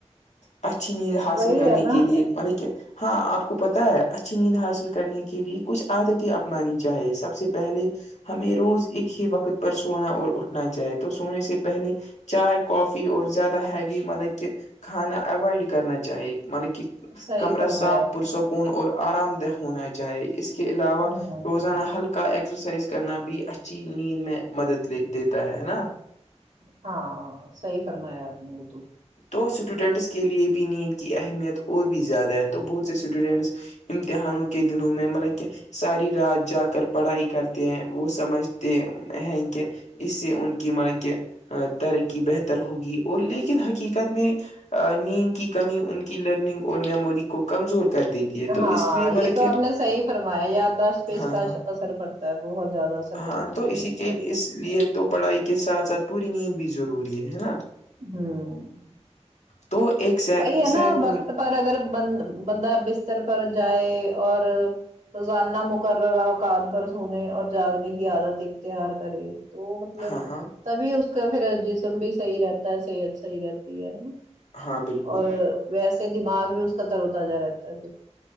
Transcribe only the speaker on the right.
وہی
ہے نا
صحیح
فرمایا
آپ
نے
ہ ہ
ہاں سہی فرمایا آپ نے تو
ہاں
یہ تو
آپ نے صحی فرمایا یاداشت پہ اس
کا
اثر پڑتا ہے بہت زیادہ اثر
دیکھنے
کو ملتا
ہے نا
ہمم
وہی ہے
نا وقت
پر اگر بند بندہ بستر پر جائے اور روزانہ مقررہ اوقات پر سنے اور جاگنے کی عادت اختیار کرے تو مطلب
تبھی اس کا پھر جسم بھی صحیح رہتا ہے صحت صحیح رہتی ہے
اور ویسے دماغ بھی اس کا تروتا جا رہتا ہے پھر